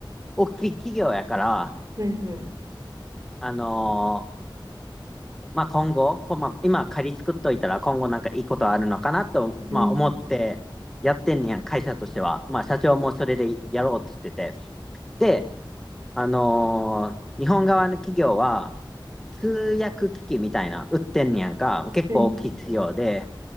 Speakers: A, in the centre; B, on the right.
A: う、大きい企業やから、
B: はいはい。
A: あのまあ今後、こまあ、今仮作っといたら今後なんかいいことあるのかなと、
B: うん、
A: まあ思ってやってんねやん、会社としては。まあ社長もそれでやろうって言ってて。で、あのー日本側の企業は通訳機器みたいな売ってんねやんか、結構大きい企業で、
B: はいはいはい。